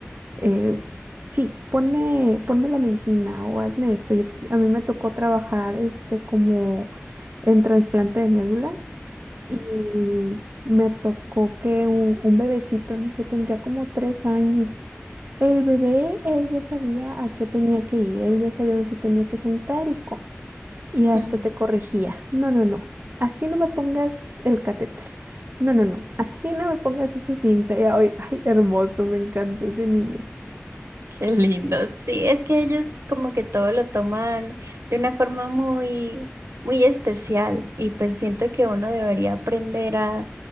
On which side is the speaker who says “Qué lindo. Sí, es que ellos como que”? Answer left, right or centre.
Right